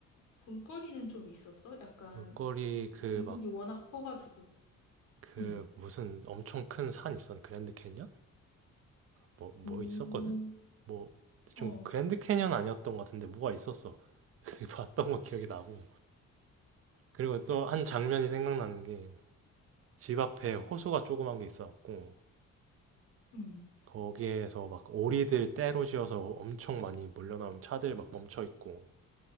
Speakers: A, on the left (about 80°); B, on the right (about 50°).
A: 볼거리는 좀 있었어? 약간
B: 볼거리 그
A: 미국이
B: 막
A: 워낙 커가지고.
B: 그
A: 응.
B: 무슨 엄청 큰 산 있었는 그랜드 캐니언인가? 뭐 뭐
A: 오
B: 있었거든? 뭐 대충
A: 어,
B: 뭐 그랜드 캐니언 아니었던 것 같은데 뭐가 있었어. <laughs> 근데 봤던 거 기억이 나고. 그리고 또 한 장면이 생각나는 게 집 앞에 호수가 조그만 게 있어갖고
A: 응,
B: 거기에서 막 오리들 떼로 지어서 엄청 많이 몰려나온 차들 막 멈춰 있고